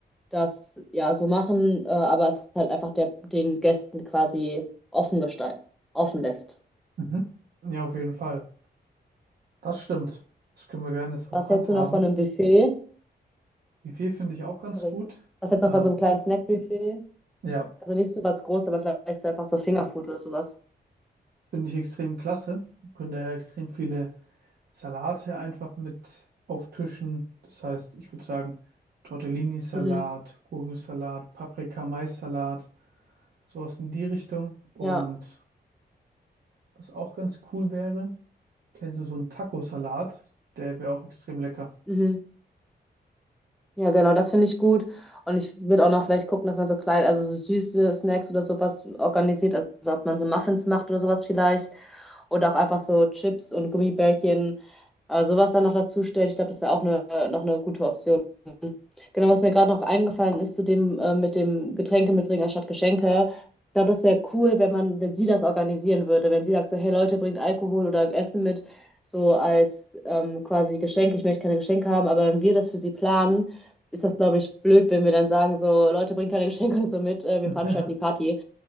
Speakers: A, in the centre; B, on the right.
A: das ja so machen, äh, aber es halt einfach der, den Gästen quasi offen gestalten, offen lässt.
B: Mhm. Ja, auf jeden Fall. Das stimmt. Das können wir gerne so
A: Was
B: handhaben.
A: hältst du noch von einem Buffet?
B: Wie viel finde ich auch ganz
A: Sorry.
B: gut.
A: Was hältst
B: Ähm,
A: du noch von so einem kleinen Snackbuffet?
B: ja,
A: Also nicht so was Großes, aber vielleicht einfach so Fingerfood oder sowas.
B: finde ich extrem klasse. Wir können da ja extrem viele Salate einfach mit auftischen. Das heißt, ich würde sagen, Tortellini-Salat,
A: Mhm.
B: Gurkensalat, Paprika-Mais-Salat, sowas in die Richtung. Und
A: Ja,
B: was auch ganz cool wäre, kennst du so einen Taco-Salat? Der wäre auch extrem lecker.
A: mhm. Ja, genau, das finde ich gut. Und ich würde auch noch vielleicht gucken, dass man so klein, also so süße Snacks oder sowas organisiert. Also ob man so Muffins macht oder sowas vielleicht. Oder auch einfach so Chips und Gummibärchen, äh, sowas dann noch dazu stellt. Ich glaube, das wäre auch eine, noch eine gute Option. Genau, was mir gerade noch eingefallen ist zu dem äh, mit dem Getränke mitbringen anstatt Geschenke. Ich glaube, das wäre cool, wenn man, wenn sie das organisieren würde, wenn sie sagt so, hey Leute, bringt Alkohol oder Essen mit, so als ähm, quasi Geschenk. Ich möchte keine Geschenke haben, aber wenn wir das für sie planen, ist das, glaube ich, blöd, wenn wir dann sagen so, Leute, bringt keine Geschenke <laughs> so mit, äh, wir
B: <laughs>
A: veranstalten die Party.